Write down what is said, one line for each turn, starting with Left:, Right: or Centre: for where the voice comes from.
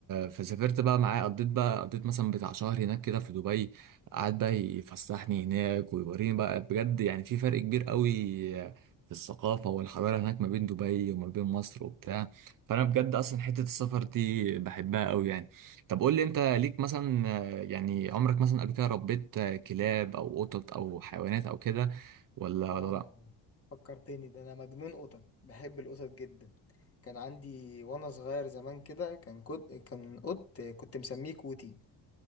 Right: فسافرت بقى معاه قضيت بقى قضيت مثلا بتاع شهر هناك كده في دبي قعد بقى يفسحني هناك ويوريني بقى بجد يعني في فرق كبير قوي آه، في الثقافة والحضارة هناك ما بين دبي وما بين مصر وبتاع فأنا بجد أصلا حتة السفر دي بحبها قوي يعني طب قول لي أنت ليك مثلا آه، يعني عمرك مثلا قبل كده ربيت آه، كلاب أو قطط أو حيوانات أو كده ولا
Left: اه
Right: ولا لأ؟
Left: فكرتني ده انا مجنون قطط بحب القطط جدا كان عندي وانا صغير زمان كده كان كنت كان قط كنت مسميه كوتي